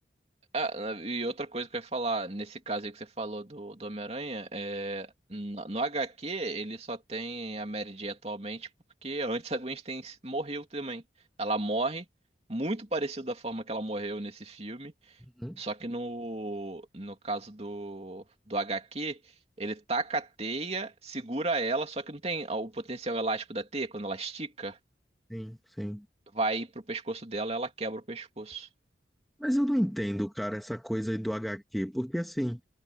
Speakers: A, on the right (about 35°); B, in the centre.
A: Ah, e outra coisa que eu ia falar, nesse caso aí que você falou do, do Homem-Aranha, é, no, no HQ ele só tem a Mary Jane atualmente porque antes a Gwen Stacy morreu também. Ela morre muito parecido da forma que ela morreu nesse filme,
B: Uhum.
A: só que no, no caso do, do HQ, ele taca a teia, segura ela, só que não tem o potencial elástico da teia, quando ela estica,
B: Sim, sim.
A: vai pro pescoço dela ela quebra o pescoço.
B: Mas eu não entendo, cara, essa coisa aí do HQ, porque assim,